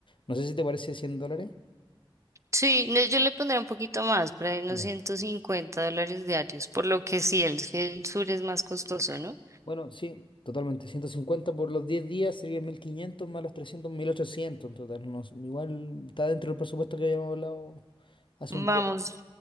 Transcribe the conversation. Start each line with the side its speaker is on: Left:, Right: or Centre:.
Left: No sé si te parece 100 dólares.
Right: Sí, no, yo le pondría un poquito más, por ahí unos
Left: Ya.
Right: 150 dólares diarios, por lo que sí, el, el sur es más costoso, ¿no?
Left: Bueno, sí, totalmente. ciento cincuenta por los 10 días serían 1500 más los 300, 1800 en total. No, igual está dentro del presupuesto que habíamos hablado hace
Right: Vamos,
Left: un tiempo.